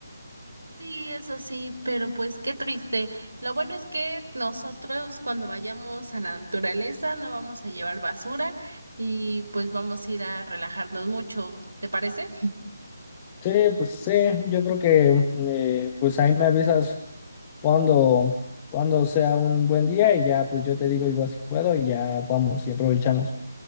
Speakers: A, on the right; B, on the left.
A: Sí, eso sí, pero pues qué triste. Lo bueno es que nosotros cuando vayamos a la naturaleza no vamos a llevar basura y pues vamos a ir a relajarnos mucho, ¿te parece?
B: Sí, pues sí, yo creo que mm, eh, pues ahí me avisas cuando, cuando sea un buen día y ya pues yo te digo igual si puedo y ya vamos y aprovechamos.